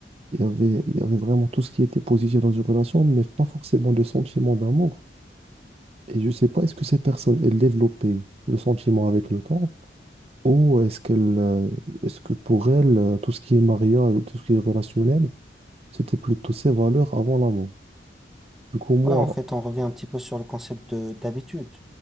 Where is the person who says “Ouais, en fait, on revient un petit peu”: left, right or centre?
Centre